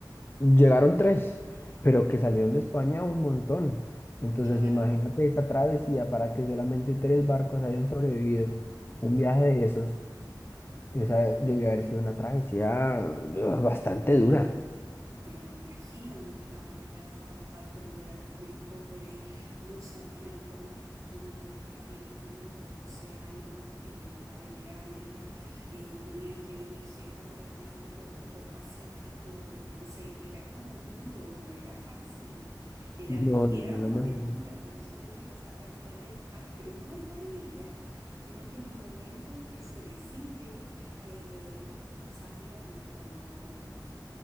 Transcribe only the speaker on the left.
Llegaron tres, pero que salieron de España un montón. Entonces,
imagínate esa travesía para que solamente tres barcos hayan sobrevivido. Un viaje de esos, esa
debió haber sido una travesía ugh, bastante dura.
No, no
me
lo imagino.